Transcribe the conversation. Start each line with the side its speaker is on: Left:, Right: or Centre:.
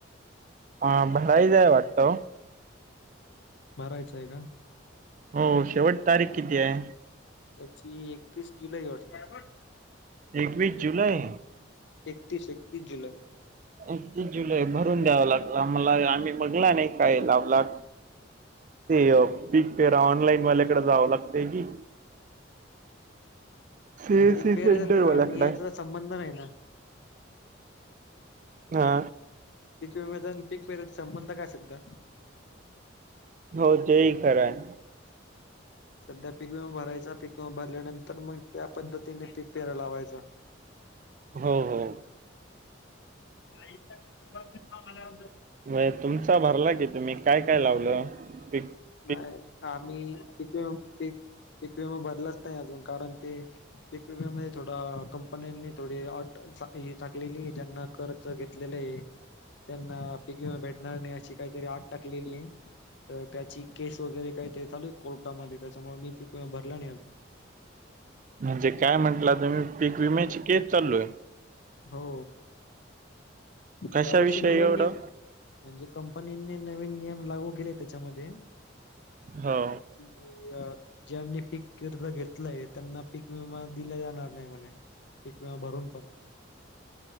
Right: हा भराईचा आहे वाटतं ओ
Left: भरायचं आहे का
Right: हो शेवट तारीख किती आहे?
Left: त्याची एकतीस जुलै आहे वाटते
Right: एकवीस जुलैय
Left: एकतीस एकतीस जुलै,
Right: एकतीस जुलै भरून द्यावं लागला आमला आम्ही बघला नाही काय लावला‍ ते पीक पेरा ऑनलाईन वाल्याकडे जावं लागतय की सीएससी
Left: नाही पिक पेरायचं
Right: सेंटर वाल्याकडे
Left: आणि याचा संबंध नाही ना
Right: हा
Left: कितव वेधून पिक पेराच संबंध काय सद्ध्या
Right: हो तेही खरं आहे,
Left: सध्या पिक विमा भरायचा पिक विमा भरल्यानंतर मग त्या पद्धतीने पिक पेरा लावायचा
Right: हो हो
Left: गाईचा काम आलया बघं तो <unintelligible>
Right: होय तुमचा भरला की तुम्ही काय काय लावलंय पिक
Left: नाही आम्ही पिक पीकविमा भरलाच नाही अजून कारण ते पिक विमामध्ये थोडं कंपन्यांनी थोडी अट टाकलेली ज्यांना कर्ज घेतलेले आहे त्यांना पिकवीमा भेटणार नाही अशी काहीतरी आठ टाकलेली आहे तर त्याची केस वगैरे काही तरी चालू आहे कोर्टामध्ये त्याच्यामुळे मी पिक विमा भरला नाही अजून,
Right: म्हणजे काय म्हंटलं तुम्ही पीक विम्याची केस चालू आहे?
Left: हो
Right: कशाविषयी
Left: यावर्षी नवीन
Right: एवढं
Left: नियम म्हणजे कंपनीनी नवीन नियम लागू केले त्याच्यामध्ये
Right: हो
Left: कि <unintelligible> ज्यांनी पीक कर्ज घेतलाय त्यांना पीक विमा दिला जाणार नाही म्हणे पिक विमा भरून पण